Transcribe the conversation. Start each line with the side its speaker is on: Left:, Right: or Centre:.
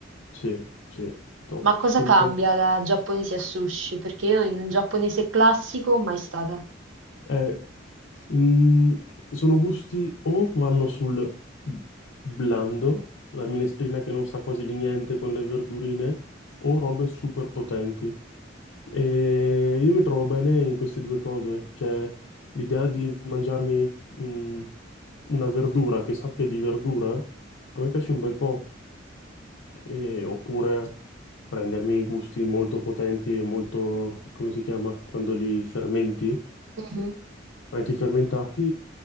Left: Sì, sì, top.
Right: ma cosa
Left: Quello...
Right: cambia da giapponese a sushi? Perché io in un giapponese classico mai stata.
Left: Eh, in- sono gusti o vanno sul blando, la minestrina che non sa quasi di niente con le verdurine, o robe super potenti. E io mi trovo bene in queste due cose, cioè l'idea di mangiarmi mm, una verdura che sappia di verdura, a me piace un bel po', E- oppure prendermi gusti molto potenti e molto, come si chiama, quando li fermenti.
Right: Mhm.
Left: Anche i fermentati,